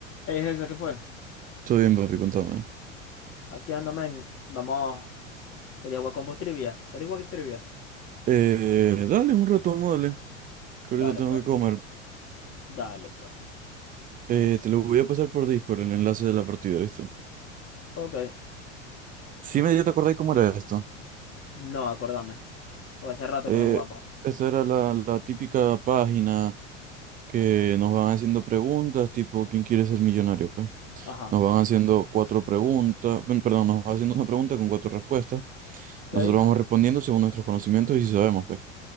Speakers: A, on the left; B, on the right.
A: Ey, Hexa, ¿qué fue?
B: Todo bien, papi, contame.
A: Aquí ando, men. Vamos. Quería jugar con vos trivia. ¿Queréis jugar trivia?
B: Eh, dale un retomo, dale. Que
A: Dale,
B: ahorita tengo
A: pues.
B: que comer.
A: Dale, pues.
B: Eh,
A: Dame.
B: te lo voy a pasar por Discord el enlace de la partida, ¿viste?
A: Ok.
B: Sí, me ya te acordáis cómo era esto.
A: No, acordame. Porque hace rato
B: Eh,
A: que no jugamos.
B: esta era la, la típica página que nos van haciendo preguntas, tipo, ¿quién quiere ser millonario? Pues
A: Ajá.
B: nos van haciendo cuatro preguntas, pen- perdón, nos van haciendo una pregunta con cuatro respuestas.
A: Ok.
B: Nosotros vamos respondiendo según nuestros conocimientos y si sabemos, pues.